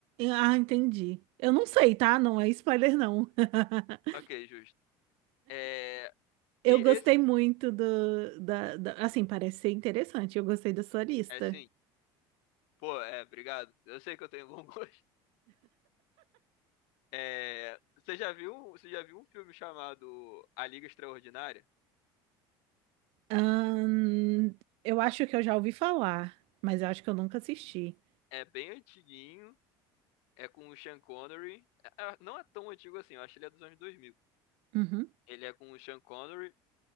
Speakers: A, on the right; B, on the left.
A: Ah, entendi. Eu não sei, tá? Não é spoiler, não. <laughs>
B: Ok, justo. É,
A: Eu
B: e
A: gostei
B: esse,
A: muito do, da, da- assim, parece ser interessante. Eu gostei da sua lista.
B: é sim. Pô, é, obrigado. Eu sei que eu tenho <laughs> bom gosto. É, você já viu, você já viu um filme chamado A Liga Extraordinária?
A: Ahn, eu acho que eu já ouvi falar, mas eu acho que eu nunca assisti.
B: É bem antiguinho É com o Sean Connery. É- é, Não é tão antigo assim, eu acho que ele é dos anos 2000.
A: Uhum.
B: Ele é com o Sean Connery